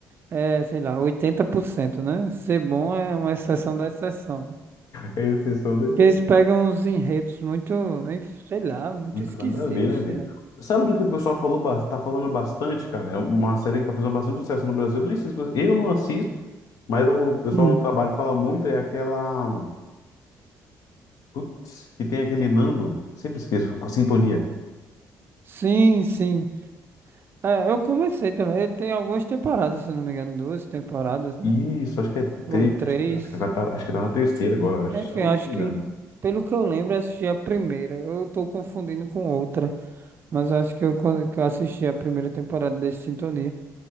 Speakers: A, on the right; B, on the left.
A: É, sei lá, oitenta por cento né? Ser bom é uma exceção da exceção. né?
B: É exceção da
A: Porque eles pegam uns enredos muito, hein, sei lá, muito
B: Muito
A: esquisitos,
B: nada a ver, né, velho?
A: sei lá.
B: Sabe do que o pessoal falou, ba- tá falando bastante, cara? É uma série que tá fazendo bastante sucesso no Brasil. Eu nem sei se você- eu não assisto, mas o pessoal
A: Hum.
B: no trabalho fala muito, é aquela. Putz, que tem aquele Nando. Sempre esqueço, a sintonia.
A: Sim, sim. É, eu comecei também. Ele tem algumas temporadas, se eu não me engano, duas temporadas, né?
B: Isso, acho que é.
A: Ou
B: Te...
A: três.
B: Acho que, acho que vai tá... acho que tá na terceira agora, eu acho,
A: Enfim,
B: se eu não
A: acho
B: me
A: que,
B: engano.
A: pelo que eu lembro, eu assisti a primeira. Eu tô confundindo com outra, mas acho que eu, quando- que eu assisti a primeira temporada desse Sintonia.